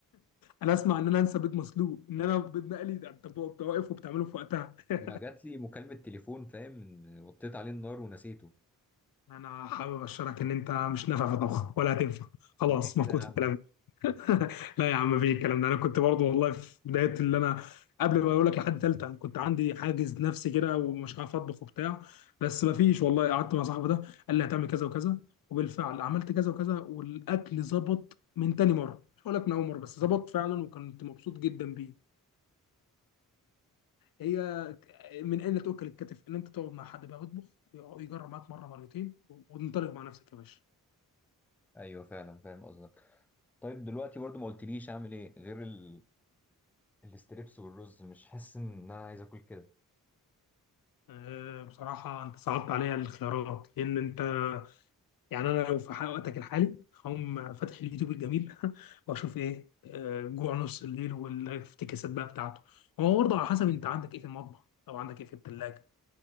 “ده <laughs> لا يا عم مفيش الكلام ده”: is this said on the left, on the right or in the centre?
Left